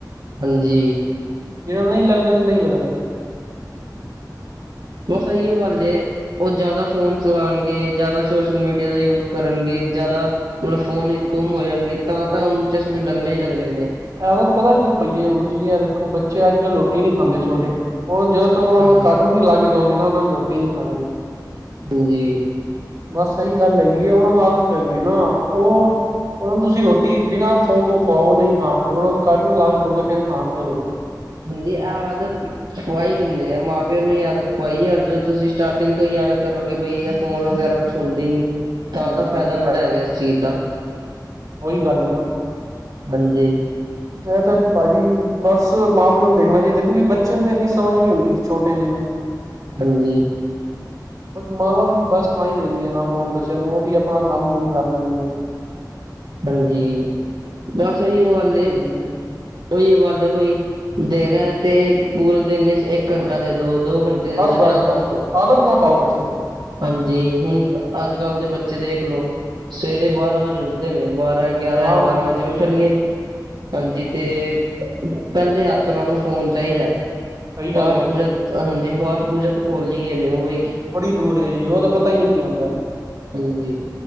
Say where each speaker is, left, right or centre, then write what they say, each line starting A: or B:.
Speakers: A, on the right; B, on the right.
A: ਹਾਂਜੀ
B: ਜਿਨਾ ਨਹੀਂ ਲੱਗਦਾ ਤੇ ਨਹੀਂ ਲੱਗਦੇ
A: ਬਸ ਇਹੀਓ ਗੱਲ ਏ ਉਹ ਜ਼ਿਆਦਾ ਫੋਨ ਚਲਾਉਣਗੇ, ਜ਼ਿਆਦਾ ਸੋਸ਼ਲ ਮੀਡੀਆ ਦਾ ਯੂਜ ਕਰਨਗੇ ਜ਼ਿਆਦਾ। ਮਤਲਬ ਫੋਨ ਵਿੱਚ ਗੁੰਮ ਹੋ ਜਾਣਗੇ, ਤਾਂ ਤਾ ਉਹਨੂੰ ਚਸ਼ਮੇ ਲੱਗਣੇ ਹੀ ਲੱਗਣੇ ਨੇ।
B: ਐਉ ਪਤਾ ਕਿਉਂ ਪਈਏ ਹੁਣ ਕੀ ਹੈ, ਵੇਖੋ ਬੱਚੇ ਅੱਜ ਕੱਲ ਰੋਟੀ ਨੀ ਖਾਂਦੇ ਛੋਟੇ ਹੁਣ ਜਦੋਂ। ਉਹਨਾਂ
A: ਹਾਂਜੀ
B: ਨੂੰ ਕਾਰਟੁਨ ਨਹੀਂ ਲਾ ਕੇ ਦੋ ਉਹਨਾਂ ਨੇ ਰੋਟੀ ਨੀ ਖਾਣੀ।
A: ਹਾਂਜੀ
B: ਬਸ ਸਹੀ ਗੱਲ ਹੈਗੀ ਆ, ਉਹਨਾਂ ਨੂੰ ਨਾਲ ਪੈਗੀ ਆ ਨਾ ਉਹ ਉਹਨਾਂ ਨੂੰ ਤੁਸੀਂ ਰੋਟੀ। ਟੀਵੀ ਰੋਟੀ ਬਿਨਾਂ ਫੋਨ ਤੋਂ ਖਾਓ ਨਹੀਂ ਖਾਣਗੇ, ਉਹਨਾਂ ਨੂੰ ਕਾਰਟੂਨ ਲਾ ਕੇ ਦੋਗੇ ਫੇਰ ਖਾਣਗੇ ਰੋਟੀ।
A: ਹਾਂਜੀ ਐ ਆਦਤ। ਪੁਆਈ ਕਿੰਨੇ ਆ, ਮਾਂ ਪਿਓ ਨੂੰ ਆਦਤ ਪਈ ਹੈ, ਜਦੋਂ ਕਿ ਤੁਸੀਂ ਸਟਾਰਟਿੰਗ ਤੋਂ ਹੀ ਐਵੇਂ ਕਰੋਗੇ ਬਈ ਇਹ ਫੋਨ ਵਗੈਰਾ ਕੁਛ। ਸੁਣਦੀ ਨੀ,
B: ਹਾਂਜੀ
A: ਤਾਂ ਫਾਇਦਾ
B: ਸਹੀ ਗੱਲ
A: ਬੜਾ ਹੈਗਾ
B: ਹੈ,
A: ਇਸ ਚੀਜ਼ ਦਾ।
B: ਉਹੀ ਗੱਲ ਹੈ ਨਾ।
A: ਹਾਂਜੀ।
B: ਇਹ ਤੇ ਭਾਜੀ, ਬਸ ਮਾਂ -ਪਿਓ ਨੂੰ ਦੇਖਣਾ ਚਾਹੀਦਾ, ਕਿਉਂਕਿ ਬੱਚੇ ਨੂੰ ਤੇ ਇੰਨੀ ਸਮਝ ਨੀ ਹੁੰਦੀ, ਛੋਟੇ ਜਿਹੇ ਨੂੰ। <inaudible>
A: ਹਾਂਜੀ।
B: <inaudible> ਮਾਵਾਂ ਵੀ ਬਸ ਤਾਂ ਹੀ ਦੇ ਦਿੰਦੀਆਂ, ਨਾ ਫੋਨ ਬੱਚਿਆਂ ਨੂੰ ਉਹ ਵੀ ਆਪਣਾ ਕੰਮ ਕੁੰਮ ਕਰ ਲੈਂਦੀਆਂ। <inaudible>
A: ਹਾਂਜੀ, ਬਸ ਇਹੀ ਉਹ ਗੱਲ-
B: ਹਮ
A: ਉਹੀ ਗੱਲ ਬਈ, ਦੇਣਾ ਤੇ, ਪੂਰੇ ਦਿਨ ਵਿਚ ਇਕ ਘੰਟਾ ਦੇ ਦੋ, ਦੋ ਘੰਟੇ- ਦੇ
B: ਬਸ-
A: ਦੋ
B: ਬਸ-
A: ਜ਼ਿਆਦਾ
B: ਬਸ,
A: ਨਾ ਦੋ
B: ਆਦਤ ਨਾ ਪਾਓ ਬੱਚਿਆਂ ਨੂੰ
A: ਹਾਂਜੀ, ਹੁਣ ਅਜ- ਕਲ ਦੇ ਬੱਚੇ ਦੇਖ ਲਓ, ਸਵੇਰੇ ਬਾਰਾਂ ਵਜੇ ਉਠਦੇ ਨੇ, ਬਾਰਾਂ- ਗਿਆਰਾਂ,
B: ਆਰਾਮ
A: ਬਾਰਾਂ
B: ਨਾਲ,
A: ਵਜੇ
B: ਸਹੀ
A: ਉੱਠਣਗੇ।
B: ਗੱਲ ਹੈ ਜੀ
A: ਹਾਂਜੀ ਤੇ, ਪਹਿਲੇ ਹੱਥਾਨ ਨੂੰ ਫੋਨ ਚਾਹੀਦਾ-
B: ਸਹੀ
A: ਪਾਠ-
B: ਗੱਲ ਹੈ
A: ਪੂਜਾ, ਹਾਂਜੀ ਪਾਠ -ਪੂਜਾ ਤੇ ਭੁਲ ਹੀ ਗਏ ਨੇ ਉਹ ਬ-
B: ਬੜੀ ਦੂਰ ਹੈ ਜੀ, ਉਹ ਤਾਂ ਪਤਾ ਹੀ ਨਹੀ ਕੀ ਹੁੰਦਾ-
A: ਹਾਂਜੀ